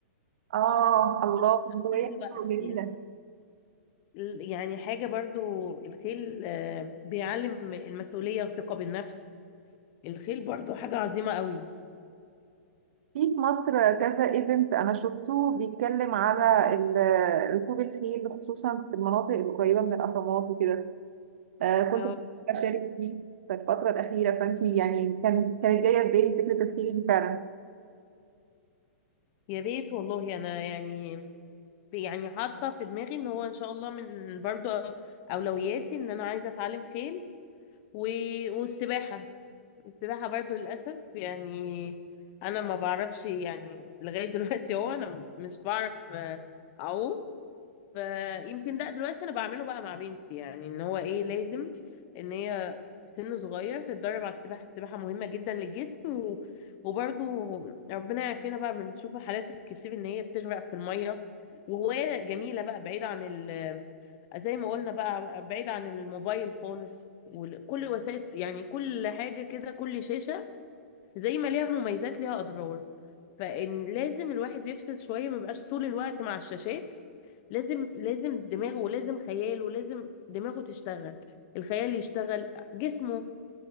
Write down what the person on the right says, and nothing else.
اه الله
هواية
حلوة جميلة
في
في مصر كذا ايفنت انا شفته بيتكلم على ال- ركوب الخيل خصوصا في المناطق القريبه من الاهرامات وكده آه كنت
بفكر اشارك فيه في الفتره الاخيره فانتي يعني كان كانت جايه في بالي فكره الخيل دي فعلا